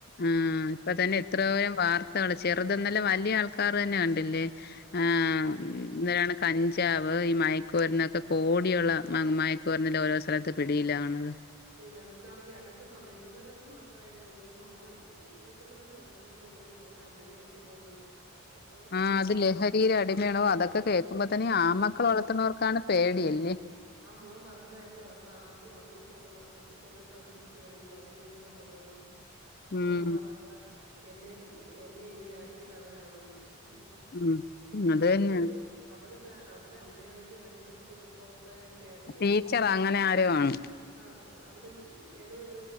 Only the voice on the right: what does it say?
ആഹ്.
<unintelligible> ഇന്നാള് ഈ അട്ത്ത സമയത്ത് ഒന്ന് രണ്ടു മാസായതേ ഉള്ളൂ ഒരു മോൻ ഇര്പത്തിനാല് വയസ് സെങ്ങാണ്ടുള്ളെ ഒര് മോൻ അമ്മെയെ വെട്ടിക്കൊന്ന് അപ്പം
ആ
ആ മോൻ പറഞ്ഞത് കേട്ടോ ക അത് അമ്മയെ കൊ വെട്ടി കൊന്ന്ട്ട് അവ്ടെ ഇരിക്ക്യുവാ അച്ഛനേയും കൂടെ കൊല്ലണംന്ന് അപ്പൊ
മോൻ പറയാ എന്നെം എന്നെ ഇങ്ങെനെ ആക്കിയത് അവരാണെന്ന് ഷെ
അവര്
അവരാെക്കെ അവര് അമ്മയാന്നെങ്കി നല്ലെരു പൊതു പ്രവർത്തകെക്കെ ആയ്ര്ന്ന്
ആഹ് അവരും ഏതോ ഒരു